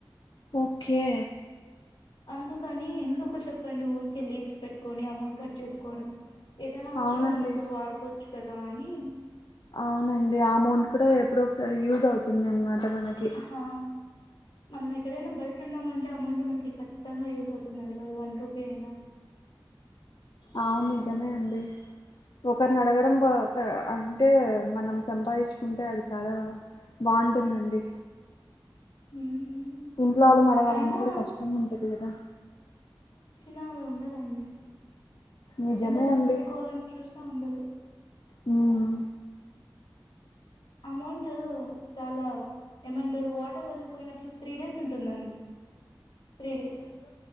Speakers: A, on the left (about 60°); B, on the left (about 80°).
A: ఓకే.
B: అందుకని ఎందుకో చెప్పండి ఊరిక లీజ్ పెట్టుకొని అమౌంట్ కట్ చేసుకోవడం. ఏదైనా అవసరం
A: అవునండి
B: ఉన్నప్పుడు వాడుకోవచ్చు. కదాని.
A: అవునండి ఆ అమౌంట్ కూడా ఎప్పుడో ఒకసారి యూజ్ అవుతుంది అనమాట. త మనకి.
B: హా మనం ఎక్కడైనా బయట ఉన్నామంటే అమౌంట్ మనకి ఖచ్చితంగా యూజ్ అవుతుందండి కాదు వన్ రూపీ అయినా.
A: అవును నిజమేనండి. ఒక్కరిని అడగడం. అంటే మనం సంపాదించుకుంటే అది చాలా బాగుంటుందండి.
B: మ్మ్
A: ఇంట్లో వాళ్ళం అడగాలన్నా
B: అయినా
A: కూడా కష్టం గ ఉంటాది కదా.
B: నాది ఉండదండి.
A: నిజమే
B: ఎంత దాపెట్టుకోవాలని
A: అండి
B: చూసిన ఉండదు.
A: హ్మ్.
B: అమౌంట్ చాలా ఏమంటారు వాటర్ వెళ్ళిపోయినట్టు త్రీ డేస్. ఉంటుందండి త్రీ డేస్.